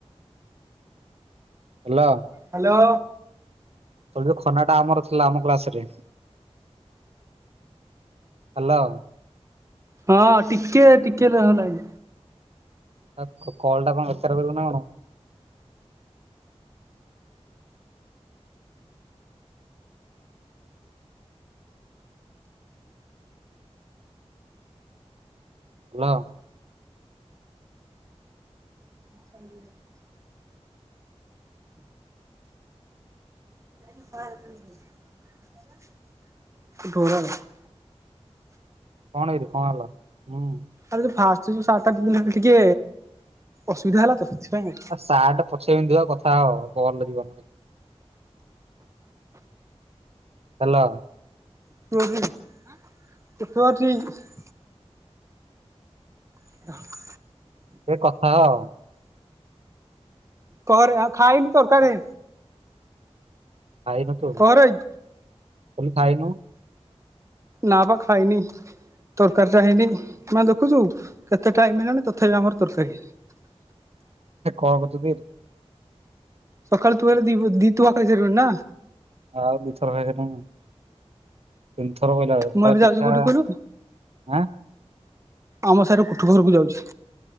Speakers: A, on the right; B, on the right.
A: ହେଲା।
B: ହ୍ୟାଲୋ।
A: ତୋର ଯୋଉ ଖନା ଟା ଆମର ଥିଲା ଆମ କ୍ଲାସ ରେ। ହ୍ୟାଲୋ।
B: ହଁ, ଟିକେ ଟିକେ, ରହ ଲାଇନ୍।
A: କଲ ଟା କଣ ବେକାର କରିବୁ ନା କଣ? ହାଲୋ।
B: <inaudible> <unintelligible>
A: କଣ କିରେ କଣ ହେଲା ହୁଁ?
B: ଆ ଯୋଉ ଫାଷ୍ଟ ଯୋଉ ସଟା ଦିନ ଟିକେ ଅସୁବିଧା ହେଲା ତ ସେଥିପାଇଁ।
A: ସାର୍ ଟା ପଛେଇ ପିନ୍ଧିବ କଥା ହୋ କଲ ଲାଗିବ ହେଲୋ।
B: <unintelligible> <unintelligible>
A: ଏ କଥା ହୋ।
B: କହରେ ଆଉ ଖାଇନି ତରକାରୀ।
A: ଖାଇନୁ ତୁ, ମୁଁ
B: କହରେ
A: କହିଲି ଖାଇନୁ?
B: ନା ପା ଖାଇନି। ତରକାରୀ ଟା ହେଇନି ମାନେ ଦେଖୁଛୁ କେତେ ଟାଇମ ହେଲାଣି ତଥାପି ଆମର ତରକାରୀ ହେଇନି। <inaudible>
A: ସେ କଣ କରୁଛନ୍ତିି କି?
B: ସକାଳେ ତୁ ହେଲେ ଦି ଦିତୁହା ଖାଇ ସାରିଲୁଣି ନା?
A: ଆଉ ଦିଥର ଖାଇସାରିଲିନି। ତିନି ଥର କହିଲା କଥା, ସକାଳେ
B: ମୁଁ ଏବେ ଯାଉଛି
A: ପିଠା
B: କୋଉଠି
A: ଆଁ
B: କହିଲୁ ଆମ ସାର କୁଠି ଫରକୁ ଯାଉଛି।